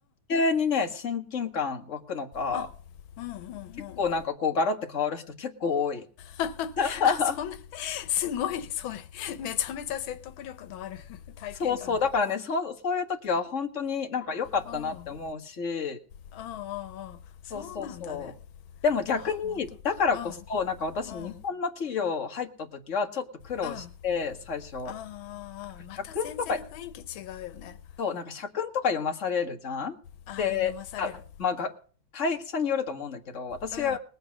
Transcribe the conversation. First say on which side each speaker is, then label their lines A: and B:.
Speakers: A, on the left; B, on the left.
A: 急にね、親近感湧くのか、
B: あうんうんう
A: 結構なんかこう、
B: ん
A: ガラッて変わる人結構多い。
B: <laughs>
A: <laughs>
B: あそんなすごいそれめちゃめちゃ説得力のある <laughs> 体験談
A: そうそう。だからね、そう、そういう時は本当になんか良かったなって思うし、
B: うんうんうんうんそうなんだね
A: そうそうそう。でも逆に、
B: あ本当うん
A: だからこそ、なんか私、
B: うんうん
A: 日本の企業入った時はちょっと苦労して、
B: あ
A: 最初。なん
B: ーあまた全然雰囲気違うよね
A: か社訓とか、そう、なんか社訓とか読まされるじゃんで、
B: ああ読まされる
A: あ、まあ、が会社によると思うんだけど、私
B: うんうんうん